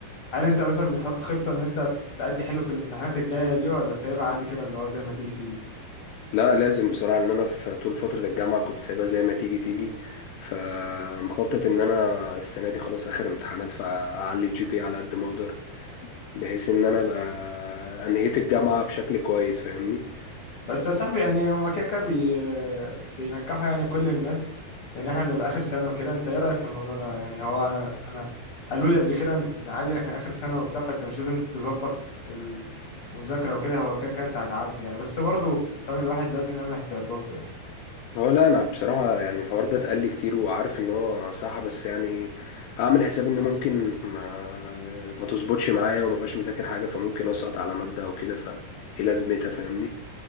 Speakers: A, on the left (about 60°); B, on the left (about 80°).
A: هل انت مثلا بتحط خطة ان انت في- تأدي حلو في الامتحانات الجاية دي ولا سايبها عادي كده اللي هو زي ما تيجي تيجي
B: لا لازم بصراحه ان انا في طول فتره الجامعه كنت سايبها زي ما تيجي تيجي فمخطط ان انا السنه دي خلاص اخر امتحانات فاعلي الجي بي على قد ما اقدر بحيث ان انا ابقى انهيت الجامعه بشكل كويس فاهمني
A: بس يا صاحبي يعني هما كده كده بي... بينجحوا يعني كل الناس لان احنا بنبقى اخر سنة وكده انت ايه رأيك في الموضوع ده يعني هو انا قالوا لي قبل كده ان عادي احنا اخر سنة وبتاع فانت مش لازم تظبط المذاكرة وكده هو كده كده انت هتعدي يعني بس برضه فاهم الواحد لازم يعمل احتياطاته يعني
B: هو لا انا بصراحه يعني الحوار ده اتقال لي كتير وعارف ان هو صح بس يعني اعمل حساب ان ممكن ما ما تظبطش معايا وما بقاش مذاكر حاجه فممكن اسقط على ماده او كده فايه لازمتها فاهمني